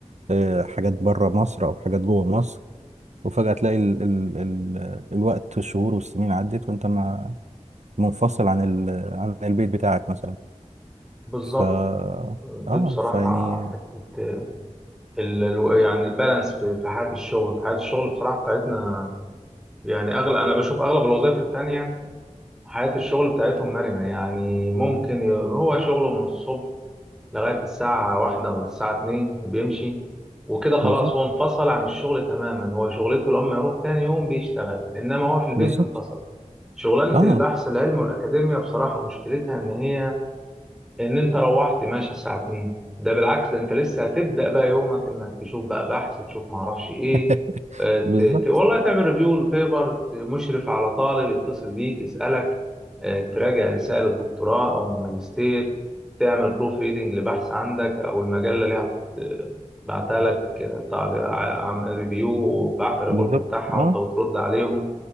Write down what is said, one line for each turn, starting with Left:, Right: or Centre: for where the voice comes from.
Right: آه، حاجات بره مصر أو حاجات جوه مصر وفجأة تلاقي ال ال ال الوقت والشهور والسنين عدت وانت ما منفصل عن ال... عن البيت بتاعك مثلا
Centre: بالظبط
Right: ف
Centre: دي
Right: اه
Centre: بصراحة
Right: فيعني
Centre: حتة ال... ال- يعني البالانس في في حياة الشغل حياة الشغل بصراحة بتاعتنا يعني أغلب أنا بشوف أغلب الوظائف التانية حياة الشغل بتاعتهم مرنة يعني ممكن ي- هو شغله من الصبح لغاية الساعة واحدة ولا الساعة اتنين وبيمشي وكده خلاص
Right: بالظبط
Centre: هو انفصل عن الشغل تماما هو شغلته لما يروح تاني يوم بيشتغل إنما هو في البيت
Right: بالظبط
Centre: انفصل شغلانة
Right: اه
Centre: البحث العلمي والأكاديمية بصراحة مشكلتها إن هي ان انت روحت ماشي الساعة 2 ده بالعكس ده انت لسه هتبدأ بقى يومك انك تشوف بقى بحث تشوف معرفش ايه
Right: <laughs>
Centre: آه، ت...
Right: بالظبط
Centre: ت... والله تعمل ريفيو للبيبر ت- مشرف على طالب يتصل بيك يسألك آه، تراجع رسالة دكتوراه او ماجستير تعمل بروف ريدنج لبحث عندك او المجلة اللي هت... بعتها لك آه، تعليق عم ريفيو وبعت الريبورت
Right: بالظبط
Centre: بتاعها
Right: اه
Centre: وانت بترد عليهم